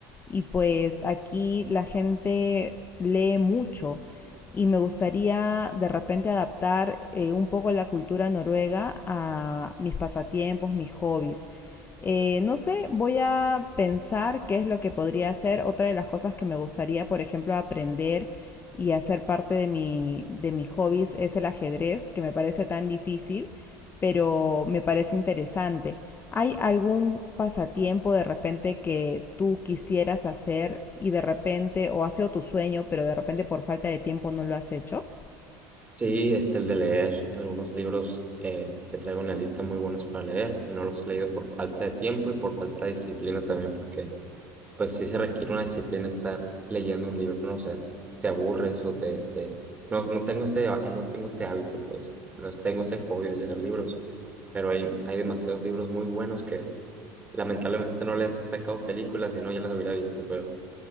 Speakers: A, on the left; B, on the right.
A: Y pues aquí la gente lee mucho y me gustaría de repente adaptar eh, un poco la cultura noruega a mis pasatiempos, mis hobbies. Eh, no sé, voy a pensar qué es lo que podría hacer. Otra de las cosas que me gustaría, por ejemplo, aprender y hacer parte de mi, de mis hobbies es el ajedrez, que me parece tan difícil, pero me parece interesante. ¿Hay algún pasatiempo de repente que tú quisieras hacer y de repente, o ha sido tu sueño, pero de repente por falta de tiempo no lo has hecho?
B: Sí, este, el de leer algunos libros eh, que traigo en la lista muy buenos para leer y no los he leído por falta de tiempo y por falta de disciplina también porque pues sí se requiere una disciplina estar leyendo un libro, no sé, te aburres o te, te... No, no tengo ese, há- no tengo ese hábito, pues, no tengo ese hobby de leer libros, pero hay, hay demasiados libros muy buenos que lamentablemente no le han sacado películas y no ya las hubiera visto, pero